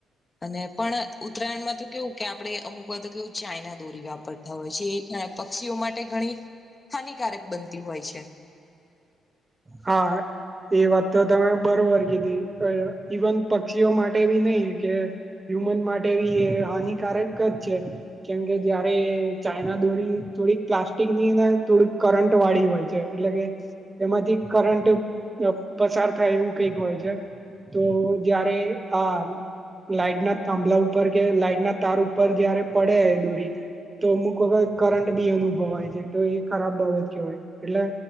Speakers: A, on the left; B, on the right.
A: અને પણ ઉત્તરાયણમાં તો કેવું કે આપડણે અમુક વા તો કેવું ચાઈના દોરી વાપર હોય છે એ પક્ષીઓ માટે ઘણી હાનિકારક બનતી હોય છે
B: હા એ વાત તો તમે બરોબર કીધી અ ઇવન પક્ષીઓ માટે બી નહી કે હ્યુમન માટે બી એ હાનિકારક જ છે કેમકે જયારે ચાયના દોરી થોડીક પ્લાસ્ટિકની થોડીક કરંટ વાળી હોય એટલે કે એમાંથી કરંટ પ પસાર થાય એવું કઈક હોય છે તો જયારે આ લાઈટના થાંભલા ઉપર કે લાઈટના તાર ઉપર જયારે પડે દોરી તો અમુક વખત કરંટ બી અનુભવાય છે તો એ ખરાબ બાબત કહેવાય એટલે